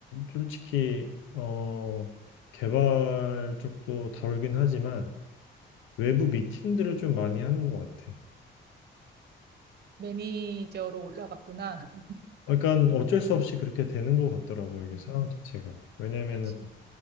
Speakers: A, on the left; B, on the right.
A: 솔직히 어 개발 쪽도 다루긴 하지만 외부 미팅들을 좀 많이 하는 것 같아.
B: 매니저로 올라갔구나. <laughs>
A: 그러니까 어쩔 수 없이 그렇게 되는 것 같더라고 이게
B: 음.
A: 상황 자체가. 왜냐면은
B: 그치,